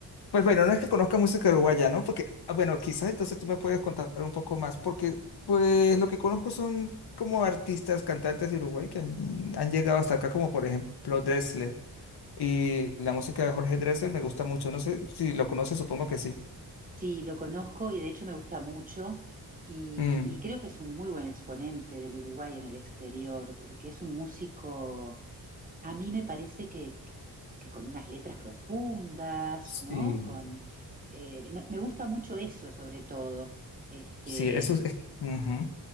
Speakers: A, on the left; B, on the right.
A: Pues bueno, no es que conozca música uruguaya, ¿no? Porque, ah, bueno, quizás entonces tú me puedes contar un poco más, porque pues lo que conozco son como artistas, cantantes de Uruguay que han, han llegado hasta acá, como por ejemplo Dressler. Y la música de Jorge Dressler me gusta mucho, no sé si lo conoces, supongo que sí.
B: Sí, lo conozco y de hecho me gusta mucho y,
A: Mm,
B: y creo que es un muy buen exponente del Uruguay en el exterior, porque es un músico A mí me parece que, que- que con unas letras profundas,
A: sí,
B: ¿no? Con, eh, no- me gusta mucho eso, sobre todo. Este,
A: sí, eso es, ujú.